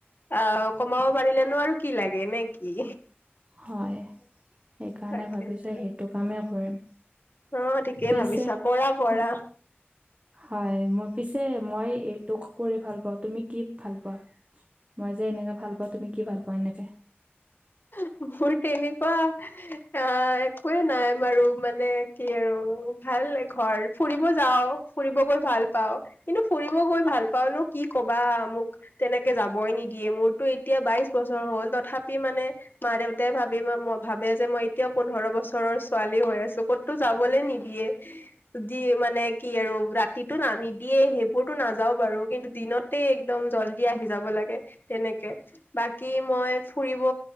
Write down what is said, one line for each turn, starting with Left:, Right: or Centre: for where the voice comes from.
Left: অ কমাব পাৰিলে ন আৰু কি লাগে নে কি?
Right: হয়, সেইকাৰণে
Left: তাকেতো
Right: ভাবিছোঁ সেইটো কামেই কৰিম।
Left: অ, ঠিকেই
Right: পিছে
Left: ভাবিছা, কৰা কৰা।
Right: উম, হয়, মই পিছে মই এইটো কৰি ভাল পাওঁ, তুমি কি ভাল পোৱা? মই যে এনেকে ভাল পাওঁ তুমি কি ভাল পোৱা এনেকে?
Left: <inaudible> কোৱা আহ, একয়ে নাই বাৰু মানে কি আৰু ভাল ঘৰ ফুৰিব যাওঁ ফুৰিব গৈ ভাল পাওঁ। কিন্তু ফুৰিব গৈ ভাল পাও ন কি কবা মোক তেনেকে যাবই নিদিয়ে মোৰতো এতিয়া বাইশ বছৰ হ'ল তথাপি মানে মা দেউতাই <unintelligible> ভাবে যে মই এতিয়াও পোন্ধৰ বছৰ ঘৰৰ ছোৱালী হৈ আছো ক'তো যাবলে নিদিয়ে। দি মানে কি আৰু ৰাতিটো <inaudible> নিদিয়ে সেইবোৰতো নাযাওঁ বাৰু কিন্তু দিনত <inaudible> একদম জল্দি আহি যাব লাগে তেনেকে বাকী মই ফুৰিব